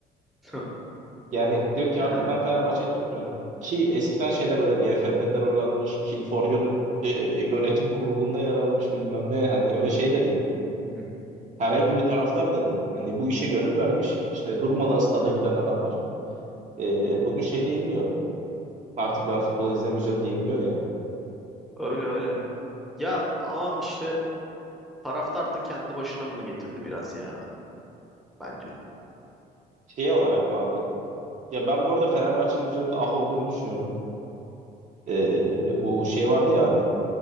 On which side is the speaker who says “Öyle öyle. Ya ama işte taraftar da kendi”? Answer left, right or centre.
Centre